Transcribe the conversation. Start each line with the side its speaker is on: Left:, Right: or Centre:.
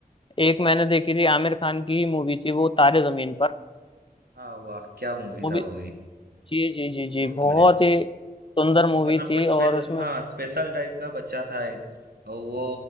Left: एक मैंने देखी थी आमिर खान की मूवी थी वो तारे जमीन पर
Right: हाँ, वाह! क्या मूवी
Left: मूवी
Right: था वो भी,
Left: जी जी जी जी
Right: बहुत
Left: बहुत
Right: बढ़िया।
Left: ही सुंदर मूवी
Right: मतलब
Left: थी
Right: कुछ स्पेशल
Left: और उसमें
Right: हाँ स्पेशल टाइप का बच्चा था एक वो